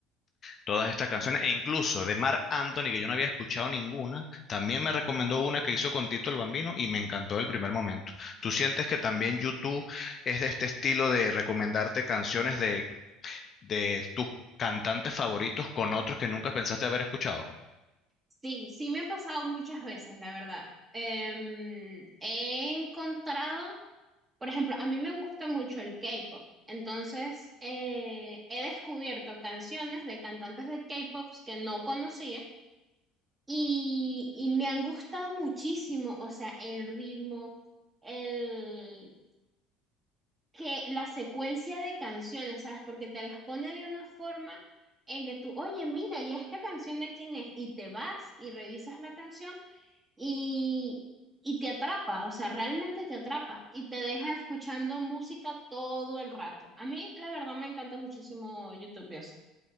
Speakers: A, on the left (about 40°); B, on the right (about 25°).
A: todas estas canciones, e incluso de Marc Anthony, que yo no había escuchado ninguna, también me recomendó una que hizo con Tito el Bambino y me encantó el primer momento. ¿Tú sientes que también YouTube es de este estilo de recomendarte canciones de, de tus cantantes favoritos con otros que nunca pensaste haber escuchado?
B: sí, sí me ha pasado muchas veces, la verdad. Em, he encontrado Por ejemplo, a mí me gusta mucho el K-pop, entonces eh, he descubierto canciones de cantantes de K-pop que no conocía y, y me han gustado muchísimo, o sea, el ritmo, el, que la secuencia de canciones, ¿sabes? Porque te las pone de una forma en que tú, oye, mira, ¿y esta canción de quién es? Y te vas y revisas la canción y, y te atrapa, o sea, realmente te atrapa y te deja escuchando música todo el rato. A mí, la verdad, me encanta muchísimo YouTube Music.